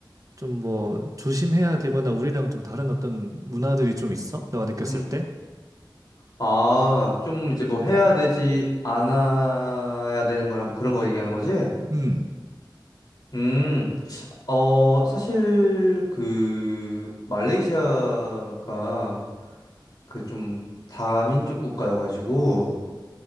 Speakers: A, on the right (about 45°); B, on the left (about 55°).
A: 좀 뭐, 조심해야 되거나, 우리랑 좀 다른 어떤 문화들이 좀 있어? 너가 느꼈을
B: 음,
A: 때?
B: 아, 좀 이제 뭐 해야 되지, 안 해야 되는 거나 뭐 그런 거 얘기하는 거지?
A: 음,
B: 음, 어, 사실 그 말레이시아가 그 좀 다민족 국가여가지고